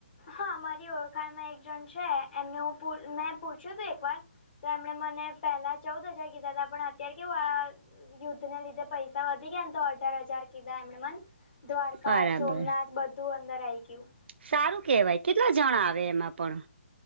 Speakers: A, on the left; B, on the right.
A: હા, મારી ઓળખાણમાં એક જણ છે, એમને હું મેં પૂછ્યું તું એક વાર. તો એમણે મને પેલા ચૌદ હજાર કીધા હતા, પણ અત્યારે કેવું આ યુદ્ધને લીધે પૈસા વધી ગયા ને, તો અઢાર હજાર કીધા, એમણે મને દ્વારકા,
B: બરાબર
A: સોમનાથ બધું અંદર આઈ ગયું.
B: સારું કહેવાય, કેટલા જણા આવે, એમાં પણ?